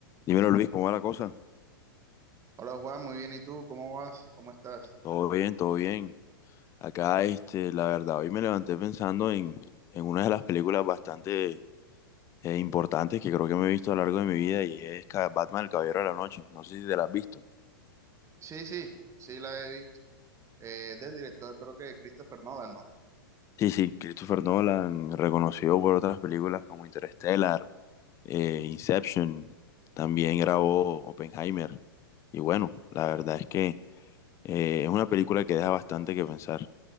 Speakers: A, on the left; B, on the right.
A: Dímelo Luis, ¿cómo va la cosa?
B: Hola Juan, muy bien. ¿Y tú? ¿Cómo vas? ¿Cómo estás?
A: Todo bien, todo bien. Acá, este, la verdad, hoy me levanté pensando en, en una de las películas bastante eh, importantes que creo que me he visto a lo largo de mi vida y es Ca- Batman, el Caballero de la Noche. No sé si te la has visto.
B: Sí, sí, sí la he visto. Eh, es del director, creo que de Christopher Nolan, ¿no?
A: Sí, sí, Christopher Nolan, reconocido por otras películas como Interstellar, eh, Inception, también grabó Oppenheimer. Y bueno, la verdad es que eh, es una película que deja bastante que pensar.